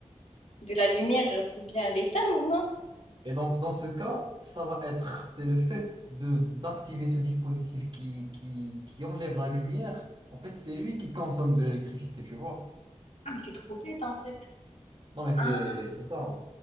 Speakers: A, on the left; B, on the right.
A: de la lumière, il faut bien l'éteindre, non?
B: Et donc, dans ce cas, ça va être, c'est le fait de d'activer ce dispositif qui, qui, qui enlève la lumière. En fait, c'est lui qui consomme de l'électricité, tu vois.
A: Ah, mais c'est trop bête en fait.
B: Non, mais c'est
A: Ah,
B: c'est ça. ouais.